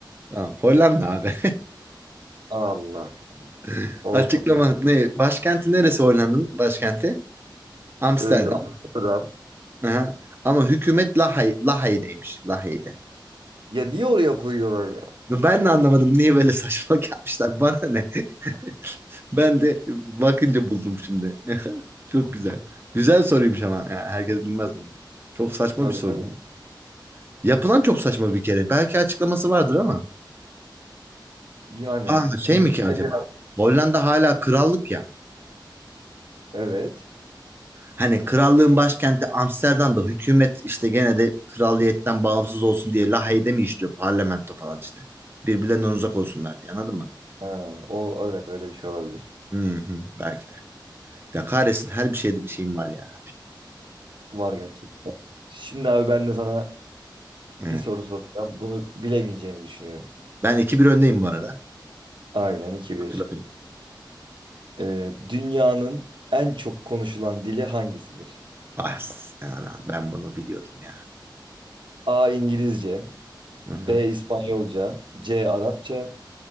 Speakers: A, on the right; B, on the right.
A: Tamam. Hollanda abi.
B: Allah.
A: <laughs>
B: Olmadı.
A: Açıklama ne? Başkenti neresi Hollanda'nın başkenti? Amsterdam.
B: Ee, Amsterdam.
A: Aha. Ama hükümet Lahay, Lahey'deymiş. Lahey'de.
B: Ya niye oraya koyuyorlar ya?
A: Ben de anlamadım niye böyle saçmalık yapmışlar. Bana ne? <laughs> Ben de bakınca buldum şimdi. <laughs> Çok güzel. Güzel soruymuş ama. Ya herkes bilmez bunu. Çok saçma
B: Tabii
A: bir soru.
B: tabii.
A: lan. Yapılan çok saçma bir kere. Belki açıklaması vardır ama.
B: Yani
A: Aa şey
B: bizde
A: mi ki acaba?
B: mesela
A: Hollanda hala krallık ya.
B: evet.
A: Hani krallığın başkenti Amsterdam'da hükümet işte gene de kralliyetten bağımsız olsun diye La mi işliyor parlamento falan işte. Birbirlerinden uzak olsunlar diye anladın mı?
B: Ha, o evet öyle bir şey olabilir.
A: Hı hı, belki de. Ya kahretsin her bir şeyde bir şeyim var ya.
B: Var gerçekten. Şimdi abi ben de sana
A: Evet.
B: bir soru soracağım. Bunu bilemeyeceğini düşünüyorum.
A: Ben iki bir öndeyim bu arada.
B: Aynen iki bir.
A: Hatırlatayım.
B: Ee, dünyanın en çok konuşulan dili hangisidir?
A: Ah, ana, ben bunu biliyordum ya.
B: A. İngilizce
A: Hı hı.
B: B İspanyolca, C Arapça,